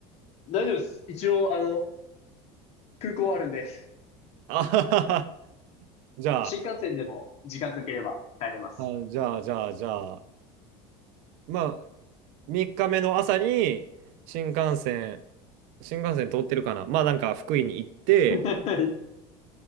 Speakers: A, on the left; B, on the right.
A: う。大丈夫です。一応、あの、空港あるんで。
B: あははは。じゃあ、
A: 新幹線でも時間かければ帰れます。
B: あ、じゃあ、じゃあ、じゃあ、まあ、3日目の朝に、新幹線、新幹線通ってるかなまあ、なんか福井に行って、
A: <laughs> はい。